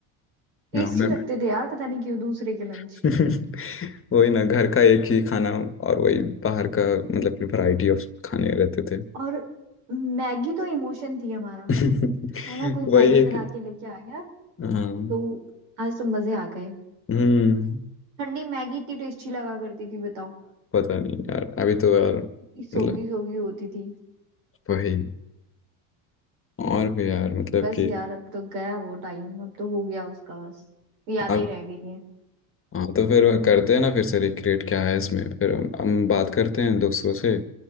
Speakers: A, on the left; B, on the right.
A: ग्राउंड
B: टेस्टी
A: में
B: लगते थे यार पता नहीं क्यों दूसरे के लंच
A: <laughs> वही ना घर का एक ही खाना और वही बाहर का मतलब कि वैरायटी ऑफ खाने रहते थे
B: और मैगी तो इमोशन थी हमारा
A: <laughs>
B: है ना कोई
A: वही
B: मैगी बना
A: एक
B: के लेके आ गया
A: हाँ
B: तो आज तो मजे आ गए
A: हम्म
B: ठंडी मैगी इतनी टेस्टी लगा करती थी बताओ
A: पता नहीं यार अभी तो यार मतलब
B: इतनी सोगी सोगी होती थी
A: वही और भी यार मतलब
B: बस
A: कि
B: यार अब तो गया वो टाइम अब तो हो गया उसका बस यादें
A: आप
B: रह गई हैं
A: हाँ तो फिर करते हैं ना फिर से रिक्रिएट क्या है इसमें फिर हम हम बात करते हैं दोस्तों से